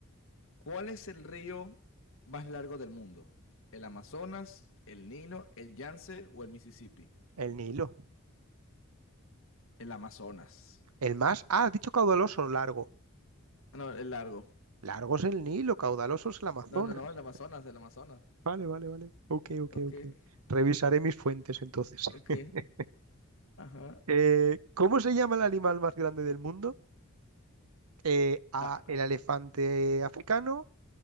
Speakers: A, on the left; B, on the right.
A: ¿Cuál es el río más largo del mundo? ¿El Amazonas, el Nilo, el Yance o el Mississippi?
B: El Nilo.
A: El Amazonas.
B: El más. Ah, has dicho caudaloso, largo.
A: No, el largo.
B: Largo es el Nilo, caudaloso es el Amazonas.
A: No, no, no, el Amazonas, el Amazonas.
B: Vale, vale, vale. Ok, ok,
A: Ok,
B: ok. Revisaré
A: ok,
B: mis fuentes entonces.
A: ok.
B: <laughs>
A: Ajá.
B: Eh, ¿cómo se llama el animal más grande del mundo? Eh, A,
A: La,
B: el elefante africano,